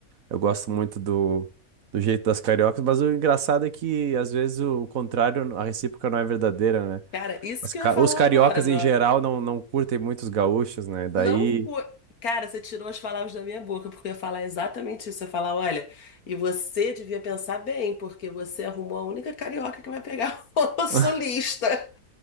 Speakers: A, on the right (about 65°); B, on the left (about 75°).
A: eu gosto muito do, do jeito das cariocas, mas o engraçado é que às vezes o contrário, a recíproca não é verdadeira, né?
B: Cara, isso
A: As
B: que
A: ca-
B: eu ia falar
A: os cariocas
B: agora, meu.
A: em geral não, não curtem muito os gaúchos, né? Daí,
B: Não. cu- Cara, você tirou as palavras da minha boca, porque eu ia falar exatamente isso. Eu ia falar, olha, e você devia pensar bem, porque você arrumou a única carioca que vai pegar <laughs> o
A: <laughs>
B: sulista.